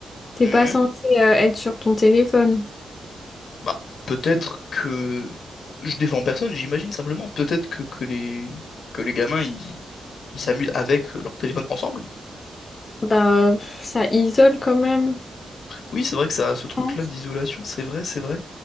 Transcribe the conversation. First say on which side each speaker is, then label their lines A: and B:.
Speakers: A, on the left; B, on the left.
A: T'es
B: Hmm,
A: pas censé euh, être sur ton téléphone.
B: Bah, peut-être que. Je défends personne, j'imagine simplement. Peut-être que, que les... que les gamins, ils ils s'amusent avec leur téléphone ensemble.
A: Bah, pff, ça isole quand même.
B: Oui, c'est vrai que ça a ce
A: je
B: truc-là
A: pense.
B: d'isolation, c'est vrai, c'est vrai.